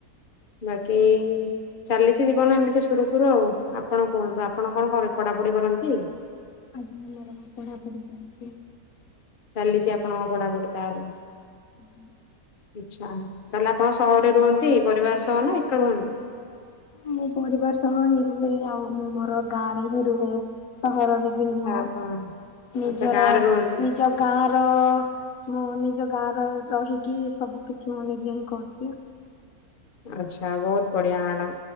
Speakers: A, on the left; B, on the left.
A: ବାକି। ଚାଲିଛି ଜୀବନ ଏମିତି ସୁରୁଖୁରୁ ଆଉ ଆପଣ କୁହନ୍ତୁ ଆପଣ କଣ ପଢାପଢି କରନ୍ତି।
B: ଆଜ୍ଞା ମୋର ପଢାପଢି ଚାଲିଛି।
A: ଚାଲିଛି ଆପଣଙ୍କ ପଢାପଢି ତା ହେଲେ।
B: ହଁ <inaudible>
A: ଆଚ୍ଛା ତାହେଲେ ଆପଣ ସହରରେ ରୁହନ୍ତି ପରିବାର ସହ ନା ଏକା ରୁହନ୍ତି।
B: ମୁଁ ପରିବାର ସହ ହିଁ ରୁହେ ଆଉ ମୁଁ ମୋର ଗାଁ ରେ ହିଁ ରୁହେ ସହରରେ। ବି
A: ଆଚ୍ଛା
B: ନୁହଁ
A: ଆପଣ
B: ନିଜର
A: ଆଚ୍ଛା ଗାଁରେ ରୁହନ୍ତି।
B: ନିଜ। ଗାଁ ର ମୁଁ ନିଜ ଗାଁ ର ରହିକି ସବୁ କିଛି ମୁଁ ନିଜେ ହିଁ କରୁଛି।
A: ଆଚ୍ଛା ବହୁତ୍ ବଢିଆ ଆନା।